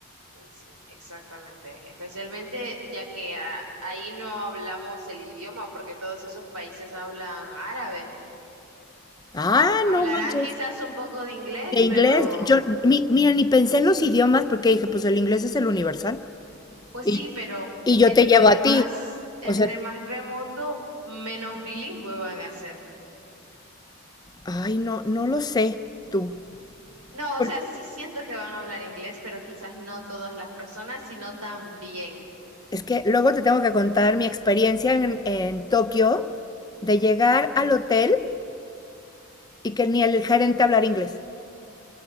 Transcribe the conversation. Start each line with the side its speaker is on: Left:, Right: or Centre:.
Right: Sí, exactamente. Especialmente ya que a- ahí no hablamos el idioma, porque todos esos países hablan árabe.
Left: Ah,
Right: Hablarán
Left: no manches.
Right: quizás un poco de inglés,
Left: De inglés,
Right: pero
Left: yo, mi- mira, ni pensé en los idiomas porque dije, pues el inglés es el universal.
Right: Pues
Left: Y,
Right: sí, pero
Left: y yo
Right: entre
Left: te llevo
Right: más,
Left: a ti.
Right: entre
Left: O sea,
Right: más remoto, menos bilingüe van a ser.
Left: ay, no, no lo sé tú.
Right: No,
Left: Por-
Right: o sea, sí siento que van a hablar inglés, pero quizás no todas las personas, sino también.
Left: es que luego te tengo que contar mi experiencia en, en Tokio de llegar al hotel y que ni el gerente hablar inglés,